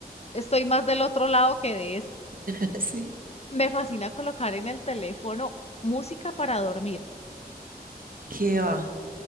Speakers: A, on the left; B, on the right.
A: estoy más del otro lado que de este.
B: <laughs> sí.
A: Me fascina colocar en el teléfono música para dormir.
B: ¿Qué va?